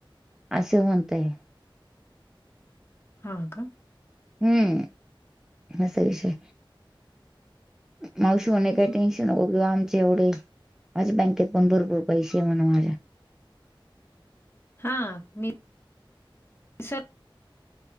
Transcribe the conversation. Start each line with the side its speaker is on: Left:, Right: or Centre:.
Centre: असं म्हणतय.
Left: हा का?
Centre: हम्म. असा विषय. मावशू आणि काही टेनशू नको की आमचे एवढे माझ्या बँकेत पण भरपूर पैसे म्हणा माझ्या.
Left: हा. मी सर्व